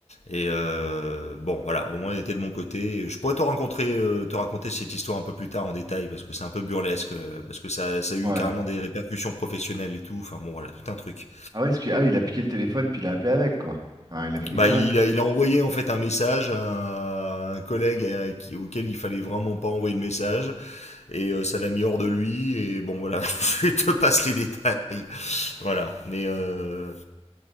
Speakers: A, on the left; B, on the right.
A: Et euh, bon, voilà, au moins elle était de mon côté. Je pourrais te rencontrer, euh, te raconter cette histoire un peu plus tard en détail parce que c'est un peu burlesque, euh, parce que ça, ça a eu
B: Ouais.
A: carrément des répercussions professionnelles et tout. Enfin bon, voilà, tout un truc.
B: Ah ouais, parce que- ah, oui, il a piqué le téléphone, puis il a appelé avec, quoi. Enfin, il a fait des
A: Bah,
B: conneries.
A: il a, il a envoyé en fait un message à un collègue à qui- auquel il fallait vraiment pas envoyer le message et euh, ça l'a mis hors de lui et bon voilà, <laughs> je te passe les détails. Voilà, mais euh,